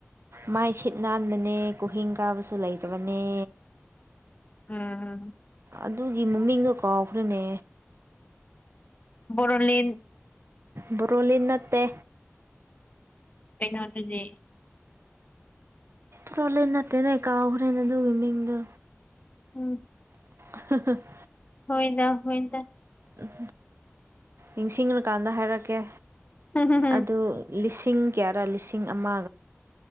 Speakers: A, on the right; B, on the left.
A: ꯃꯥꯏ ꯁꯤꯠ ꯅꯥꯟꯕꯅꯦ ꯀꯨꯍꯤꯡ ꯀꯥꯕꯁꯨ ꯂꯩꯇꯕꯅꯦ
B: ꯎꯝꯝ
A: ꯑꯗꯨꯒꯤ ꯃꯃꯤꯡꯗꯣ ꯀꯥꯎꯈ꯭ꯔꯅꯦ
B: ꯕꯣꯔꯣꯂꯦꯟ
A: ꯕꯣꯔꯣꯂꯤ ꯅꯠꯇ
B: ꯀꯩꯅꯣ ꯑꯗꯨꯁꯦ
A: ꯄꯣꯂ ꯅꯠꯇꯦꯅꯦ ꯀꯥꯈꯔꯅ ꯑꯗꯨꯒꯤ ꯃꯗ
B: ꯎꯝ
A: <unintelligible>
B: ꯍꯣꯏꯗ ꯍꯣꯏꯗ
A: ꯎꯝ ꯅꯤꯡꯁꯤꯡꯂꯀꯥꯟꯗ ꯍꯥꯏꯔꯛꯀꯦ
B: ꯍꯝ ꯍꯝ ꯍꯝ
A: ꯑꯗꯨ ꯂꯤꯁꯤꯡ ꯀꯌꯥꯔꯥ ꯂꯤꯁꯤꯡ ꯑꯃ